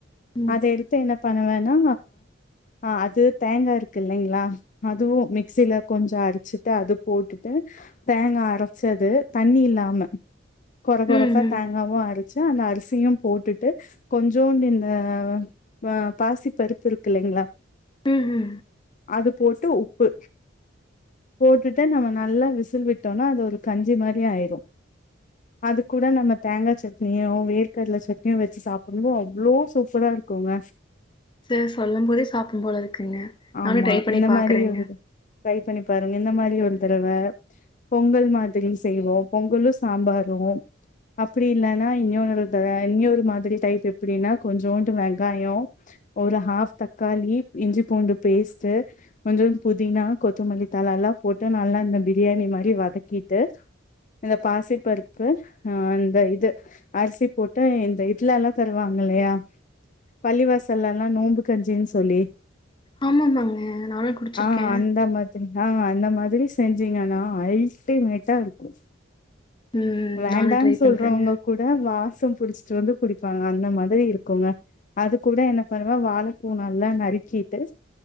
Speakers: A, on the left; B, on the left.
A: ம்.
B: அத எடுத்து என்ன பண்ணுவேனா ஆ அது தேங்கா இருக்கு இல்லைங்ளா அதுவு மிக்சில கொஞ்ச அரிச்சிட்டு அது போட்டுட்டு தேங்கா அரச்சது தண்ணி இல்லாம கொற கொறப்பா
A: ம் ம்.
B: தேங்காவு அர ச்சு அந்த அரிசியு போட்டுட்டு கொஞ்சோண்டு இந்த வ பாசிப் பருப்பு இருக் கில்லைங்ளா
A: ம் ஹு
B: அது போட்டு உப்பு போட்டுட்டு நம்ம நல்லா விசில் விட்டோன்னா அது ஒரு கஞ்சி மாரி ஆயிரு அது கூட நம்ம தேங்கா சட்னியோ வேர்கடல சட்னியோ வெச்சு சாப்டும்போ அவ்ளோ சூப்பரா இருக்குங்க
A: சே சொல்லும்போதே சாப்பிடணும்போல இருக்குங்க நானு
B: ஆமா
A: ட்ரை பண்ணி
B: இந்த
A: பாக்குறேங்க
B: மாரி ஒரு இது ட்ரை பண்ணிப் பாருங்க இந்த மாரி ஒரு தரவ பொங்கல் மா திடீனு செய்வோ பொங்கலு சாம்பாரு அப்டி இல்லன்னா இன்னொரு <unintelligible> இன்னொரு மாதிரி டைப் எப்டின்னா கொஞ்சோண்டு வெங்காயோ ஒரு ஹாஃப் தக்காளி இஞ்சி பூண்டு பேஸ்ட்டு கொஞ்சோண் புதினா கொத்தமல்லித்தழ எல்லா போட்டு நல்லா இந்த பிரியாணி மாரி வதக்கிட்டு இந்த பாசிப் பருப்பு அ அந்த இது அரிசி போட்டு இந்த இதுல எல்லா தருவாங்க இல்லையா பள்ளிவாசல்ல எல்லா நோம்பு கஞ்சின் சொல்லி
A: ஆமாமாங்க நானு குடிச்சிருக்கே
B: ஆ அந்த மா தினா அந்த மாதிரி செஞ்சீங்கன்னா அல்ட்டிமேட்டா இருக்கு
A: ம்
B: வேண்டான்
A: நானு ட்ரை
B: சொல்றவங்க
A: பண்றேங்க
B: கூட வாசம் புடிச்சிட்டு வந்து குடிப்பாங்க அந்த மாதிரி இருக்குங்க அது கூட என்ன பண்ணுவ வாழப்பூ நல்லா நறுக்கிட்டு